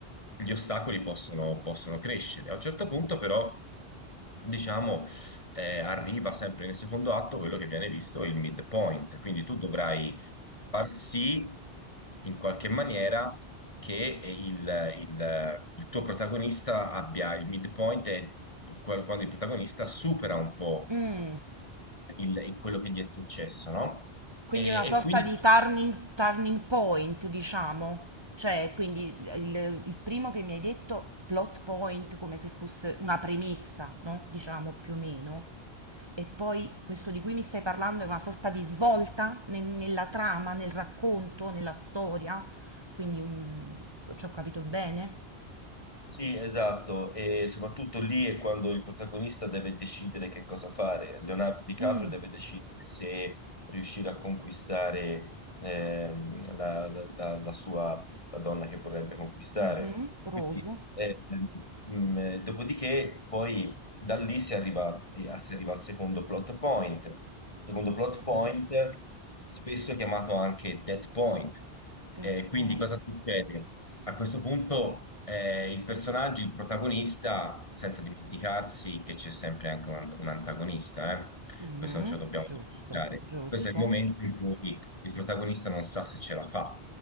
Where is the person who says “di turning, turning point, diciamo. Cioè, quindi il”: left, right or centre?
Right